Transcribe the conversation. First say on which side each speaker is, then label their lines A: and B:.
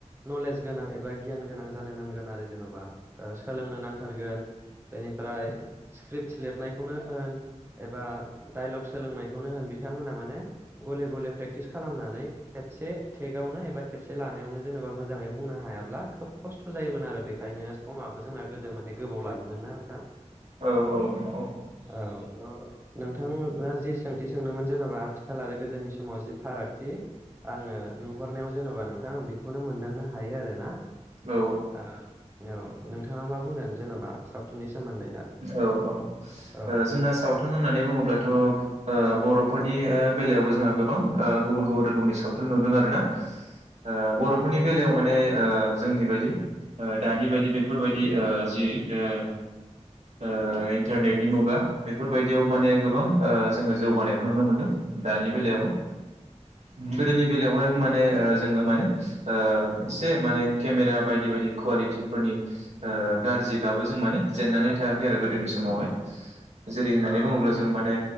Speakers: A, on the right (about 20°); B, on the right (about 70°).
A: नलेज गोनां एबा गियान गोनां जानो नांगोन आरो जेन'बा सोलोंनो नांथारगोन बे बेनिफ्राय स्क्रिप्टस लिरनायखौनो होन एबा डाइलग सोलोंनायखौनो होन बिथांमोना माने गले गले प्रेक्टिस खालामनानै से थेगावनो एबा खेबसे लानायावनो जेनेबा मोजाङै बुंनो हायाब्ला खोब खस्थ' जायोमोन आरो बेखायनो समाबो जोंना गोदो माने गोबाव लायोमोनना नोंथां।
B: औ औ नंगौ।
A: औ नोंथाङा जि सोंथि सोंदोंमोन जेनेबा आथिखाल आरो गोदोनि समाव जि फार रागथि, आङो नुहरनायाव जेन'बा नोंथां आ बेखौनो मोनदांनो हायो आरोना
B: औ
A: ओ ओ औ नोंथाङा मा बुंगोन जेन'बा सावथुननि सोमोन्दै दा?
B: औ औ ओ
A: औ
B: जोंना सावथुन होननानै बुङोब्लाथ' ओ बर' फोरनि ओ बेलायावबो जोङो ओ गोबां गुबुन गुबुन रोखोमनि सावथुन नुदों आरोना। ओ बर'फोरनि बेलायाव माने ओ जोंनि बादि ओ दानि बायदि बेफोरबायदि ओ जि ओ ओ इन्टारनेटनि मुगा बेफोरबायदियाव माने गोबां ओ जोङो जौगानायखौ नुनो मोनदों दानि बेलायाव। गोदोनि बेलायावहायबो माने जोङो माने ओ एसे माने केमेरा बायदि बायदि कुवालिटिफोरनि ओ गारजिबाबो जों माने जेननानै थायाखै आरो गोदोनि समावहाय जेरै होननानै बुङोब्ला जोङो माने